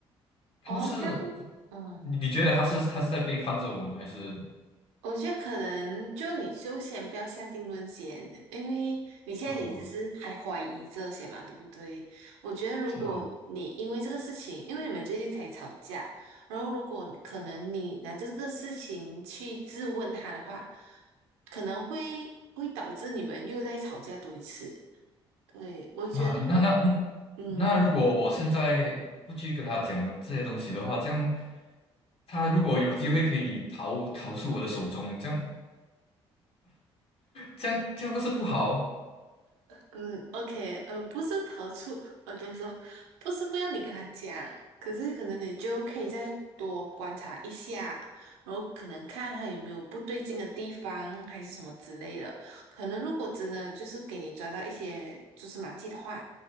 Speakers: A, on the left; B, on the right.
A: 他们是，
B: 哦，这样，嗯。
A: 你你觉得他是他是在背叛着我们，还是
B: 我觉得可能就你就先不要下定论先，因为你现在也只是还怀疑这些嘛，
A: 哦
B: 对不对？我觉得如果你因为这个事情，
A: 是啊
B: 因为你们最近才吵架，然后如果可能你拿这个事情去质问他的话，可能会会导致你们又在吵架多一次。对，我觉得，
A: 啊那那那那如果我现在不去跟他讲这些东西的话，
B: 嗯。
A: 这样他如果有机会可以逃逃出我的手中，这样。这样这样不是不好哦？
B: 嗯，OK，嗯，不是逃出，呃，就么说？不是不要你跟他讲，可是可能你就可以再多观察一下，然后可能看他有没有不对劲的地方，还是什么之类的。可能如果真的就是给你抓到一些蛛丝马迹的话，